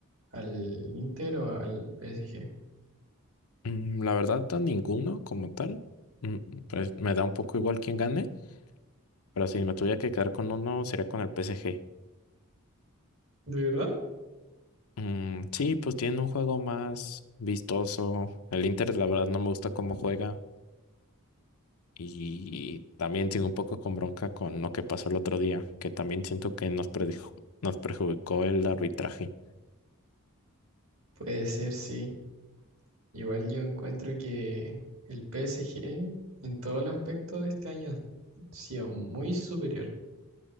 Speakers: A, on the right; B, on the left.
A: ¿Al Inter o al PSG?
B: Mm, La verdad, a ninguno como tal. Mm, Pues me da un poco igual quién gane, pero si me tuviera que quedar con uno, sería con el PSG.
A: ¿De verdad?
B: Mm, sí, pues tiene un juego más vistoso. El Inter, la verdad, no me gusta cómo juega. Y también sigo un poco con bronca con lo que pasó el otro día, que también siento que nos predijo, nos perjudicó el arbitraje.
A: Puede ser, sí. Igual yo encuentro que el PSG en todos los aspectos de este año sí ha sido muy superior.